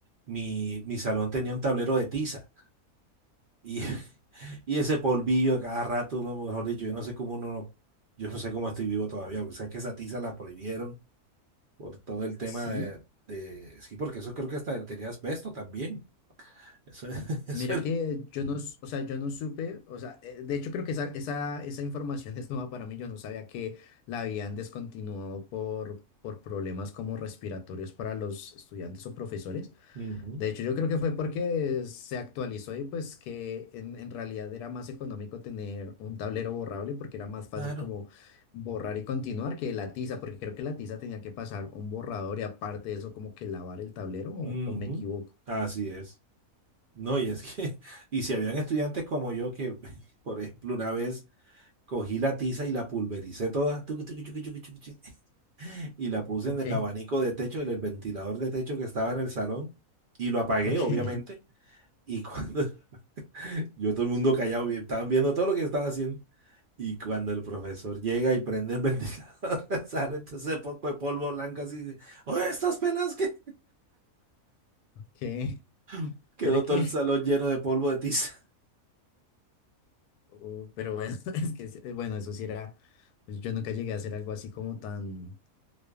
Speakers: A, on the right; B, on the left.
A: mi, mi salón tenía un tablero de tiza y, <laughs> y ese polvillo a cada rato, uno, mejor dicho, yo no sé cómo uno no, yo no sé cómo estoy vivo todavía, porque sabes que esa tiza la prohibieron por todo el tema
B: sí
A: de, de- sí, porque eso creo que hasta tenía asbesto también. Eso, <laughs> eso
B: Mira
A: era.
B: que yo no, s- o sea, yo no supe, o sea, eh, de hecho creo que esa, esa, esa información <laughs> es nueva para mí, yo no sabía que la habían descontinuado por, por problemas como respiratorios para los estudiantes o profesores.
A: Ujú,
B: De hecho, yo creo que fue porque se actualizó y pues que en, en realidad era más económico tener un tablero borrable porque era más fácil
A: claro.
B: como borrar y continuar que la tiza, porque creo que la tiza tenía que pasar un borrador y aparte de eso como que lavar el tablero o,
A: Ujú,
B: o me equivoco.
A: Así es. No, y es que, <laughs> y si habían estudiantes como yo que, <laughs> por ejemplo, una vez cogí la tiza y la pulvericé toda, tucu, tucu, tucu, tucu, tucu, tucu, <laughs> y la puse
B: Ok,
A: en el abanico de techo, en el ventilador de techo que estaba en el salón, y lo apagué,
B: ok,
A: obviamente,
B: <laughs>
A: y cuando <laughs> Yo todo el mundo callado, vi- estaban viendo todo lo que estaba haciendo. Y cuando el profesor llega y prende el ventilador, <laughs> sale entonces poco de polvo blanco así. de, Oye, estas pelas que
B: ok.
A: <laughs> quedó
B: Mira que,
A: todo el salón lleno de polvo de tiza.
B: oh, pero bueno, <laughs> es que, sí, bueno, eso sí era, pues yo nunca llegué a hacer algo así como tan,